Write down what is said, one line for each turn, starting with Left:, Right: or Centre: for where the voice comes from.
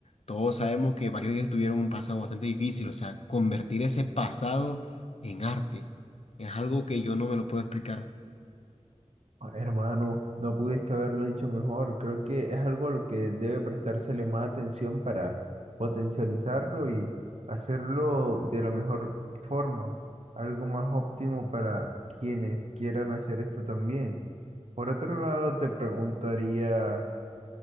Left: todos sabemos que varios de ellos tuvieron un pasado bastante difícil, o sea, convertir ese pasado en arte es algo que yo no me lo puedo explicar.
Right: Ah, Hermano, no pudiste haberlo dicho mejor. Creo que es algo a lo que debe prestársele más atención para potencializarlo y hacerlo de la mejor forma, algo más óptimo para quienes quieran hacer esto también. Por otro lado, te preguntaría,